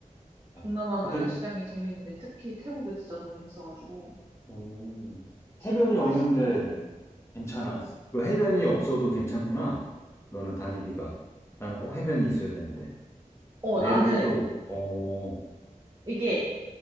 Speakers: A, on the left; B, on the right.
A: 어.
B: 동남아가
A: 근데,
B: 야시장이 재밌는데 특히 태국이 진짜 더 재밌어가지고
A: 음,
B: 재밌고
A: 해변이
B: 맛있고.
A: 없는데 괜찮아. 그 해변이 없어도 괜찮구나. 너는 다니기가. 나는 꼭 해변이 있어야 되는데.
B: 어
A: 내륙도,
B: 나는
A: 어,
B: 이게